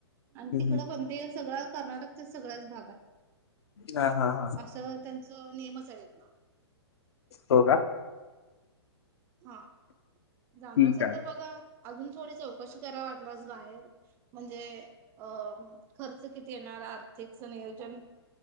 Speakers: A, on the right; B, on the left.
A: आणि
B: हम्म,
A: तिकडं
B: हम्म.
A: पण ते सगळ्या कर्नाटकच्या सगळ्याच भागात.
B: हा हा हा
A: असं त्यांचं नियमच आहेत ना.
B: हो का.
A: हा जाणार
B: ठीक
A: असेल
B: आहे
A: तर बघा अजून थोडी चौकशी कराय वाटलस बाहेर. म्हणजे अ खर्च किती येणार आर्थिकच नियोजन.